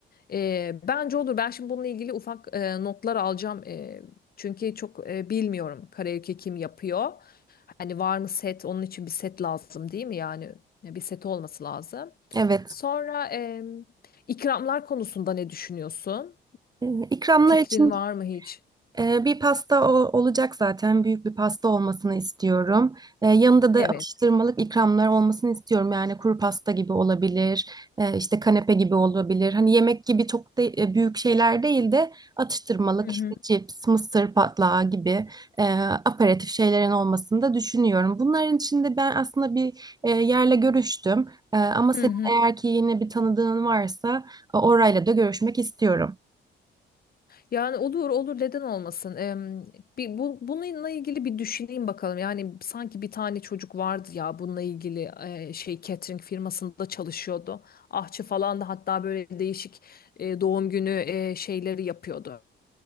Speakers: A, on the left; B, on the right.
A: E, bence olur. Ben şimdi bununla ilgili ufak e, notlar alacağım. E, çünkü çok e, bilmiyorum karaoke kim yapıyor. Hani var mı set? Onun için bir set lazım değil mi? Yani bir set olması lazım.
B: Evet.
A: Sonra em, ikramlar konusunda ne düşünüyorsun?
B: Eee, İkramlar
A: Fikrin
B: için
A: var mı hiç?
B: Ee, bir pasta o- olacak zaten. Büyük bir pasta olmasını istiyorum. Ee, yanında da
A: Evet.
B: atıştırmalık ikramlar olmasını istiyorum. Yani kuru pasta gibi olabilir, ee, işte kanepe gibi olabilir. Hani yemek gibi çok da e, büyük şeyler değil de atıştırmalık
A: Hı
B: işte
A: hı.
B: cips, mısır patlağı gibi e, aperatif şeylerin olmasını da düşünüyorum. Bunların içinde ben aslında bir e, yerle görüştüm. E, ama senin
A: Hı hı.
B: eğer ki yine bir tanıdığın varsa e, orayla da görüşmek istiyorum.
A: Yani olur olur neden olmasın? Em, bir bu, bununla ilgili bir düşüneyim bakalım. Yani sanki bir tane çocuk vardı ya bununla ilgili e, şey catering firmasında çalışıyordu. Ahçı falan da hatta böyle değişik e, doğum günü e, şeyleri yapıyordu.